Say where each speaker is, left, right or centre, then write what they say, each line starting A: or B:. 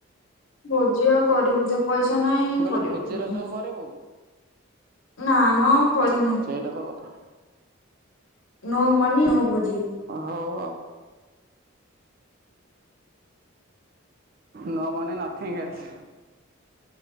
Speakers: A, on the left (about 65°); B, on the right (about 45°).
A: ଭୋଜି ଆଉ କରିବୁ ତ। ପଇସା ନାହିଁ
B: ମୁଁ କହିଲି
A: କରିବ ଭୋଜି
B: ରଜକୁ କରିବୁ କି?
A: ନା ଆମ ପଇସା ନାହିଁ।
B: ତାଙ୍କ କଥା।
A: ନୋ ମନି ନୋ ଭୋଜି।
B: ହଉ ଆଉ। ନ ମନି ନଥିଙ୍ଗ ଏସ୍‌।